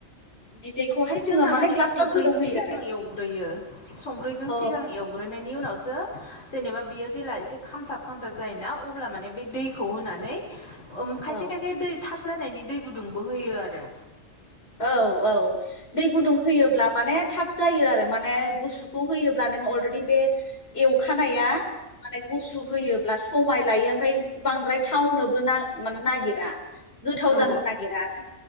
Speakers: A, on the left; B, on the left.
A: बिदैखौहाय
B: जोंना
A: जोङो
B: माने
A: ग्लाब
B: संख्र्रिजों
A: ग्लाब गोदौ होयो
B: सिगां
A: आरो
B: एवग्रोयो संखैजों
A: औ
B: सिगां एवग्रोनायनि उनाव जेनेबा बियो जेला एसे खामथाब खामथाब जायोना अब्ला बे दैखौ होनानै खायसे
A: औ
B: खायसे दै थाब जानायनि दै गुदुंबो होयो आरो
A: औ औ दै गुदुं होयोब्ला माने थाब जायो आरो माने गुसुखौ होयोब्ला नोङो अलरेडि बे एवखानाया माने गुसु होयोब्ला समाय लायो ओमफ्राय बांद्राय टाउनोबो ना नागिरा गोथाव
B: ओ
A: जानो
B: औ
A: नागिरा आरो